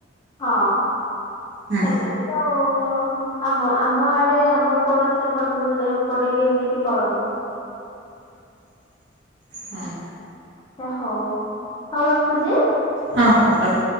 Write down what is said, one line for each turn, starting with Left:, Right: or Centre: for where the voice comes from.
Left: ହଁ
Right: ହୁଁ
Left: ସେମିତି ତ ଆଉ ଆମ ଆମ ଆଡେ ଆମ ଏପଟ ସେପଟରୁ ଏପଟେ ବି ଏମିତି କରନ୍ତି।
Right: ହଁ।
Left: ହଉ ହଉ ରଖୁଛି।
Right: ହଁ ହଉ ରଖ।